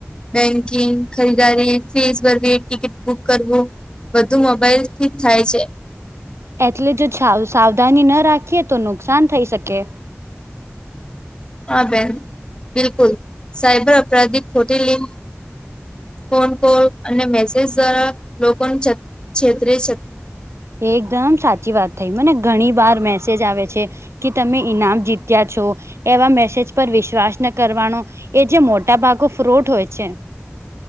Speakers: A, on the left; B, on the right.
A: બેંકિંગ ખરીદારી ફીઝ વર્ધી ટિકિટ બુક કરવું. બધું મોબાઈલ થી જ થાય છે.
B: એટલે જો છાવ સાવધાની ન રાખીએ તો નુકસાન થઈ શકે.
A: હા બેન બિલકુલ સાયબર અપરાધિક ખોટી લિક ફોન કોલ અને મેસેજ દ્વારા લોકો ન છત છેતરે છે.
B: એકદમ સાચી વાત થઈ મને ઘણી વાર મેસેજ આવે છે. કે તમે ઈનામ જીત્યા છો. એવા મેસેજ પર વિશ્વાસ ન કરવાનો એ જે મોટા ભાગો ફ્રોટ હોય છે.